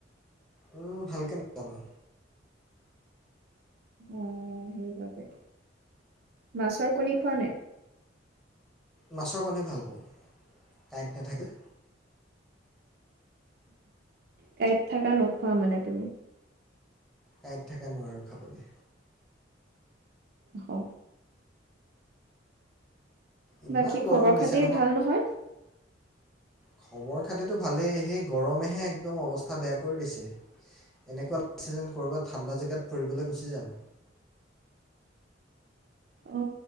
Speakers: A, in the centre; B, on the right.
A: উ ভালকে নাজানো।
B: অ সেইবাবে, মাছৰ কণী খোৱা নে?
A: মাছৰ কণীয়ে ভাল পাওঁ, কাঁইট নাথাকে।
B: কাঁইত থকা নোখোৱা মানে তুমি।
A: কাঁইট থকা নোৱাৰোঁ খাবলৈ।
B: হ।
A: ইমান
B: বাকী খবৰ
A: গৰম দিছে
B: খাতি ভাল নহয়।
A: খবৰ খাতিতটো ভালেই সেই গৰমেহে একদম অৱস্থা বেয়া কৰি দিছে, এনেকুৱা লাগিছে যেন ক'ৰবাত ঠাণ্ডা জেগাত ফুৰিবলৈ গুচি যাম।
B: অ